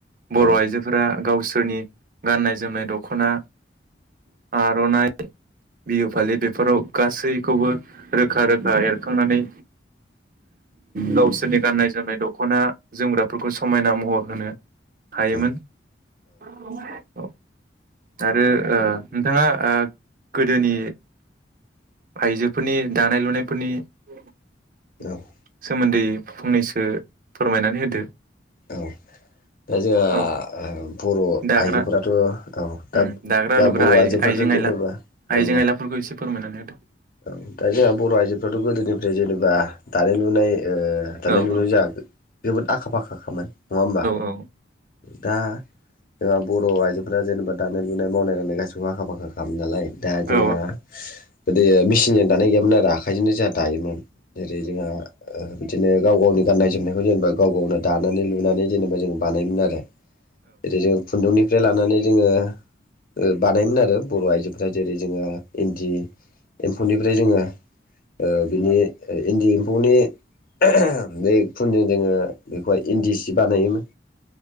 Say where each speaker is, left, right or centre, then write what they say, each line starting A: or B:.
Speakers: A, on the right; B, on the left.
A: बर'
B: उम
A: आइजोफोरा गावसोर सोरनि गाननाय जोमनाय दख'ना आर'नाय बिहु फालि बेफोराव गासैखौबो रोखा रोखा एरखांनानै गावसोरनि गाननाय जोमनाय दख'ना जोमग्राफोरखौ समायना महर होनो हायोमोन
B: उम
A: औ। आरो ओ नोंथाङा ओ गोदोनि आइजोफोरनि दानाय लुनायफोरनि <inaudible>
B: औ
A: सोमोन्दै फंनैसो फोरमायनानै होदो
B: औ दा जोंहा
A: औ
B: ओ बर'
A: दाग्रा
B: आइजोफोराथ' औ दा
A: उम दाग्रा
B: जा
A: लुग्रा
B: बर' आइजोफ्राथ'
A: आइजें
B: जेनेबा
A: आयला
B: औ
A: आइजें आयलाफोरखौ एसे फोरमायनानै होदो
B: औ दा जोंहा बर' आइजोफ्राथ' गोदोनिफ्राय जेनेबा दानाय लुनाय ओ दानाय
A: औ
B: लुनाय
A: औ
B: जायाखै जोबोद आखा फाखाखामोन नङा होमबा?
A: औ
B: दा जोंहा बर' आइजोफोरा जेनेबा दानाय लुनाय मावनाय दांनाय गासिबो आखा फाखा खामोन नालाय दा जोंहा
A: औ
B: दे मेचिनजों दानाय गैयामोन आरो आखाइजोंनो जोंहा दायोमोन जेरै जोंहा ओ बिदिनो गाव गावनि गाननाय जोमनायखौ जेनेबा गाव गावनो दानानै लुनानै जेनेबा जों बानायोमोन आरो <unintelligible> जों खुन्दुंनि जे लानानै जोङो ओ बानायोमोन आरो बर' आइजोफ्रा जेरै जोङो इन्दि एम्फौनिफ्राय जोङो ओ बिनि ओ इन्दि एम्फौनि ओ ओ बे खुनजों जोङो बेखौहाय इन्दि सि सि बानायोमोन